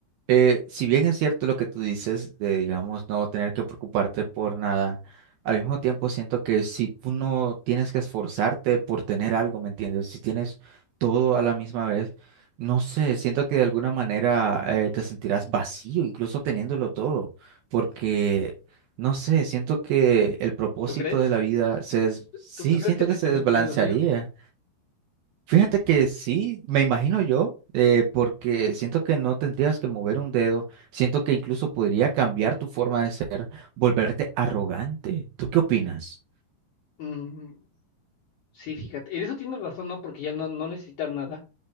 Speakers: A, on the right; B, on the left.
A: Eh, si bien es cierto lo que tú dices de, digamos, no tener que preocuparte por nada, al mismo tiempo siento que si tú no tienes que esforzarte por tener algo, ¿me entiendes? Si tienes todo a la misma vez, no sé, siento que de alguna manera eh, te sentirás vacío, incluso teniéndolo todo, porque, no sé, siento que el propósito
B: ¿Tú crees?
A: de la vida se, des- sí,
B: ¿Tú, tú- crees
A: siento
B: que se
A: que se
B: te sentirías
A: desbalancearía
B: vacío?
A: Fíjate que sí, me imagino yo, eh, porque siento que no tendrías que mover un dedo, siento que incluso podría cambiar tu forma de ser, volverte arrogante. ¿Tú qué opinas?
B: Mm, sí, fíjate. En eso tienes razón, ¿no? Porque ya no, no necesitar nada.